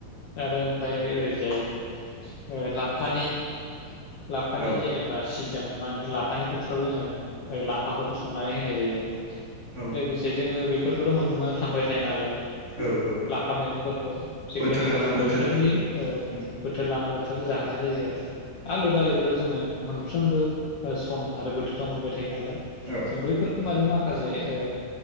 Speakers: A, on the left (about 75°); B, on the right (about 50°).
A: आरो ओमफ्राय ओरैजाय लाफानि लाफानि
B: औ
A: जेनेबा सि जान मा होनो लाफानि बोथोराव जोङो ओ लाफाखौबो संनानै होनाय जायो आरो।
B: औ
A: लोगोसे जोङो बे बेफोरखौथ' मोननो थांबाय थाया नालाय।
B: औ औ
A: लाफा मैगंफोरखौ बेखायनो
B: बोथोर लाना
A: जोङो
B: बोथोर
A: बोथोरनि औ
B: उम
A: बोथोर लाना बोथोर जानाय जायो आरो। आलु दालिखौथ जोङो मोनफ्रोमबो सम आरो बोथोराव मोनबाय था थायो नालाय
B: औ
A: जों बैफोरखौ मानो मा माखासे ओ